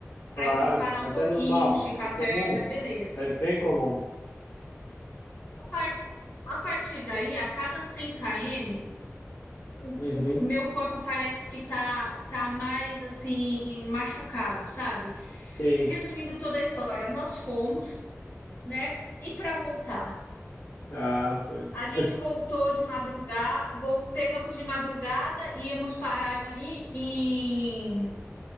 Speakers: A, on the left; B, on the left.
A: claro.
B: Aí tem que parar
A: Mas
B: um pouquinho,
A: é normal,
B: esticar
A: é
B: a
A: comum,
B: perna, beleza.
A: é bem comum.
B: A, par- a partir daí, a cada 100 km, o,
A: Uhum,
B: o meu corpo parece que tá, tá mais, assim, machucado, sabe?
A: sim.
B: Resumindo toda a história, nós fomos. né? E para voltar?
A: Ah, pois.
B: A gente voltou de madrugada, vol- pegamos de madrugada, íamos parar ali em